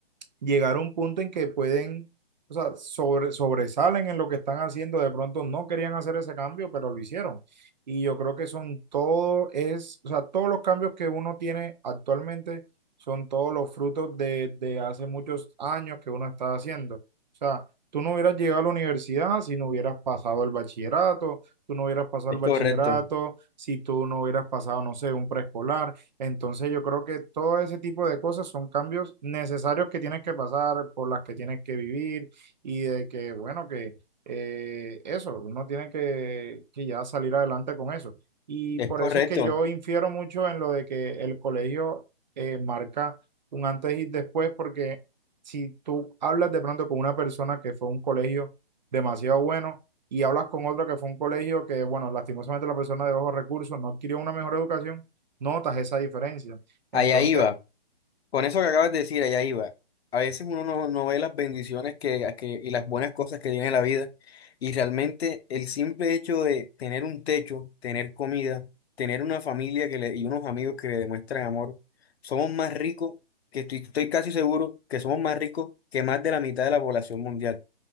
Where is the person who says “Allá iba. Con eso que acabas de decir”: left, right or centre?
Left